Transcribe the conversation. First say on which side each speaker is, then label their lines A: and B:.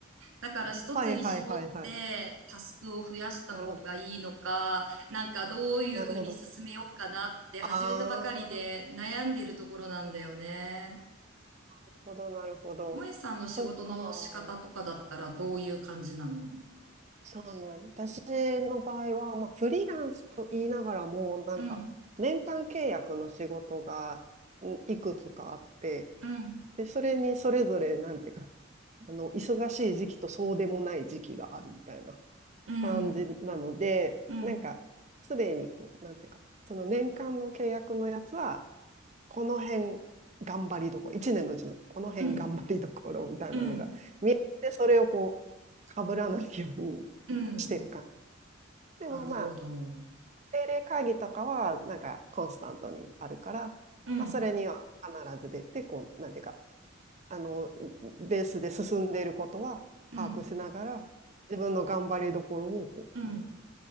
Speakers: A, on the right; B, on the right.
A: だから一つに絞ってタスクを増やした方がいいのか、
B: はいはいはいはい。なるほど。
A: なんかどういうふうに進めようかなって始めたばかりで悩んでるところなんだよね。
B: なるほど。ああ、なるほど、なるほど。
A: もえさんの仕事の仕方とかだったらどういう感じなの
B: そっか。そうね。私の場合は、まあ、フリーランスと言いながらも、なんか、
A: うん、
B: 年間契約の仕事がんいくつかあって、
A: うん、
B: で、それにそれぞれ、なんていうか、あの、忙しい時期とそうでもない時期があるみたいな
A: うん、
B: 感じなので、
A: うん、
B: なんか、すでにこう、なんていうか、その年間の契約のやつは、この辺頑張りどころ、1年のうちのこの辺頑張りどころみたいなのが見えて、
A: うん、うん、
B: それをこう、かぶらないようにしてるか。
A: うん。
B: でもまあ、
A: なるほど。
B: 定例会議とかは、なんかコンスタントにあるから、
A: うん、
B: まあ、それには必ず出て、こう、なんていうか、あの、ベースで進んでいることは把握しながら、
A: うん、
B: 自分の頑張りどころをこう、
A: うん、